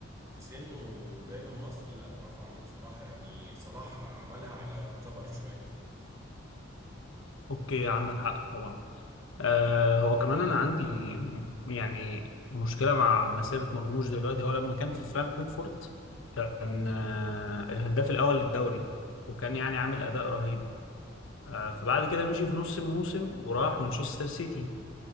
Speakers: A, on the right; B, on the left.
A: في سنه وجاي من مصر لا برافو عليه بصراحة يعني صلاح عملها على كبر شوية
B: اوكي عندك حق طبعا آه هو كمان انا عندي م- يعني مشكلة مع مسيرة مرموش دلوقتي هو لما كان في فرانكفورت كان آه الهداف الأول للدوري وكان يعني عامل أداء رهيب آه فبعد كده مشي في نص الموسم وراح مانشستر سيتي